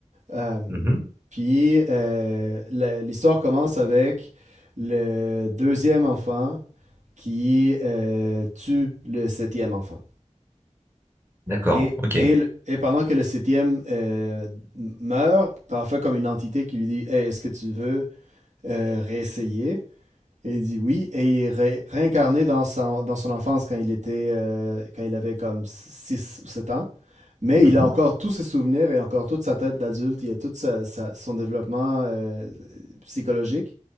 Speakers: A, on the right; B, on the right.
A: Euh,
B: Mhm.
A: puis euh, la- l'histoire commence avec le deuxième enfant qui euh, tue le septième enfant.
B: D'accord,
A: Et,
B: ok.
A: et, et pendant que le septième euh, meurt, t'en fais comme une entité qui lui dit Hey, Est-ce que tu veux euh, réessayer et il dit oui, et il est ré- réincarné dans son, dans son enfance quand il était euh, quand il avait comme 6 ou 7 ans. Mais
B: Mhm.
A: il a encore tous ses souvenirs et encore toute sa tête d'adulte, il a tout sa- sa- son développement euh, psychologique,